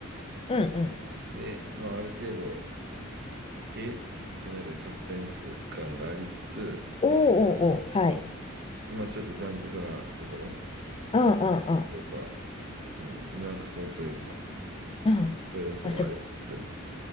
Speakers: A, on the left; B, on the right.
A: うんうん。
B: で、まあ、ある程度、えってなるサスペンス感がありつつ、
A: おおおーおー、はい。
B: うんまあ、ちょっと残酷なところ
A: うんうん
B: というか、うん、胸くそというか、
A: うん。うん。
B: そういう要素もありつつ、
A: あ、ち